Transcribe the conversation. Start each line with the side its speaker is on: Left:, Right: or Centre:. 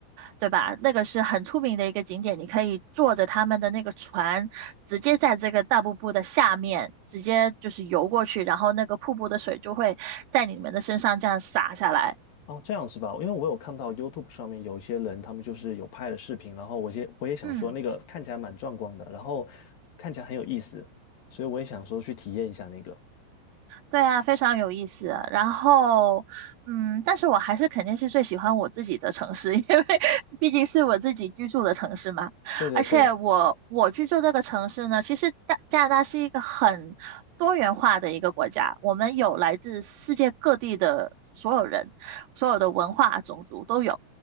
Right: 对吧？那个是很出名的一个景点，你可以坐着他们的那个船，直接在这个大瀑布的下面直接就是游过去，然后那个瀑布的水就会在你们的身上这样洒下来。
Left: 哦，这样是吧？因为我有看到 YouTube 上面有一些人，他们就是有拍了视频，然后我也我也想说那个看起来蛮壮观的，
Right: 嗯。
Left: 然后看起来很有意思，所以我也想说去体验一下那个。
Right: 对啊，非常有意思。然后，嗯，但是我还是肯定是最喜欢我自己的城市，<laughs> 因为毕竟是我自己居住的城市嘛。
Left: 对对对，
Right: 而且我我居住这个城市呢，其实大加拿大是一个很多元化的一个国家，我们有来自世界各地的所有人，所有的文化、种族都有。